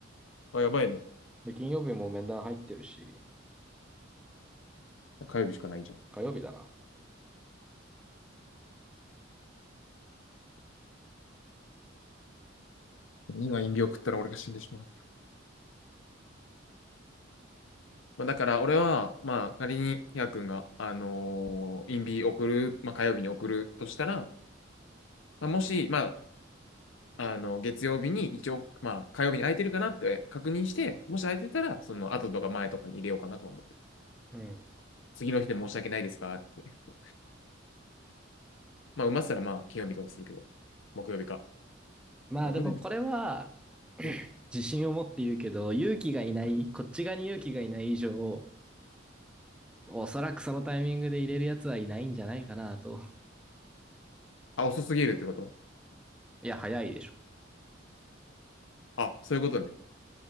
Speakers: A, on the left (about 75°); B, in the centre.
A: あ、やばいね。
B: で、金曜日も面談入ってるし。
A: 火曜日しかないじゃん。
B: 火曜日だな。
A: 今、陰病食ったら俺が死んでしまう。まあ、だから俺は、まあ、仮にヒヤ君が、あのー、インビ送る、まあ、火曜日に送るとしたら、まあ、もし、まあ、あの月曜日に一応、まあ、火曜日に空いてるかなって確認して、もし空いてたら、その後とか前とかに入れようかなと思って。
B: うん。
A: 次の日で申し訳ないですかって <laughs> まあ、埋まってたら、まあ、金曜日とかするけど、木曜日か。
B: まあでもこれは
A: あ、木曜日ねうん
B: 自信を持って言うけど、勇気がいない、こっち側に勇気がいない以上、おそらくそのタイミングで入れるやつはいないんじゃないかなと。
A: あ、遅すぎるってこと
B: いや、早いでしょ。
A: あ、そういうことね。